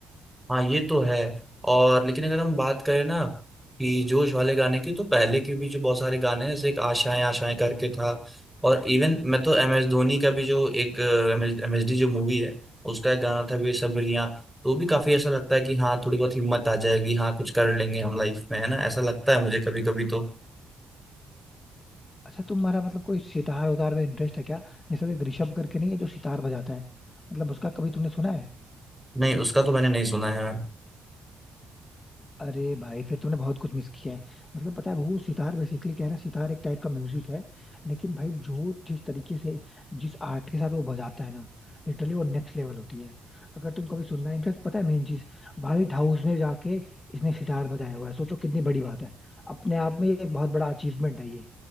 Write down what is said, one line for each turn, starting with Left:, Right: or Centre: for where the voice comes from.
Centre: हाँ ये तो है और लेकिन अगर हम बात करें ना कि जोश वाले गाने की तो पहले के भी जो बहुत सारे गाने हैं जैसे एक आशाएं आशाएं करके था और इवन मैं तो एम एस धोनी का भी जो एक एम एस डी जो मूवी है उसका एक गाना था बेसब्रियां तो भी काफी ऐसा लगता है कि हाँ थोड़ी बहुत हिम्मत आ जाएगी हाँ कुछ कर लेंगे हम लाइफ में है ना ऐसा लगता है मुझे कभी कभी तो
Left: अच्छा तुम्हारा मतलब कोई सितार उतार में इंटरेस्ट है क्या जैसे वो एक ऋषभ करके नहीं है जो सितार बजाता है मतलब उसका कभी तुमने सुना है
Centre: नहीं उसका तो मैंने नहीं सुना यार
Left: अरे भाई फिर तूने बहुत कुछ मिस किया है मतलब पता है वो सितार बेसिकली क्या है ना सितार एक टाइप का म्यूजिक है लेकिन भाई जो जिस तरीके से जिस आर्ट के साथ वो बजाता है ना लिटरली वो नेक्स्ट लेवल होती है अगर तुम कभी सुनना है इनफैक्ट पता है मेन चीज व्हाइट हाउस में जाके इसने सितार बजाया हुआ है सोचो कितनी बड़ी बात है अपने आप में ये एक बहुत बड़ा अचीवमेंट है ये